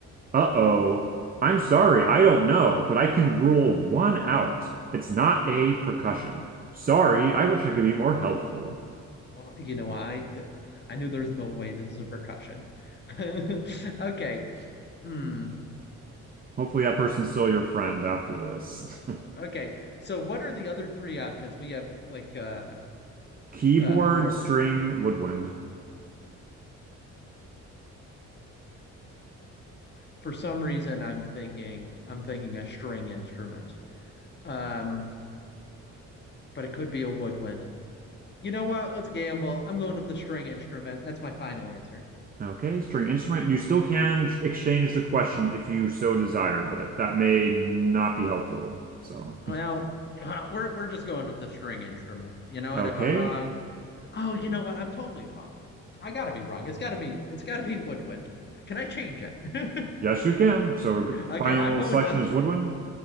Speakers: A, on the right; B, on the left.
A: Uh-oh. I'm sorry, I don't know, but I can rule one out. It's not a percussion. Sorry, I wish I could be more helpful.
B: Well, You know, I d- I knew there's no way this is a percussion. <laughs> Okay. Hmm.
A: Hopefully that person's still your friend after this. <laughs>
B: Okay. So what are the other three options? We have like uh
A: Keyboard,
B: uh for
A: string, woodwind.
B: for some reason I'm thinking I'm thinking a string instrument. Um, but it could be a woodwind. You know what? Let's gamble. I'm going with the string instrument. That's my final answer.
A: Okay, string instrument. You still can exchange the question if you so desire, but that may not be helpful. So,
B: Well, <laughs> we're we're just going with the string instrument. You know what?
A: okay.
B: If I'm wrong, Oh, you know what? I'm totally wrong. I gotta be wrong. It's gotta be it's gotta be Woodwind. Can I change it? <laughs>
A: Yes, you can. So, we're
B: Okay,
A: final
B: I'm going.
A: selection
B: I'm
A: is woodwind.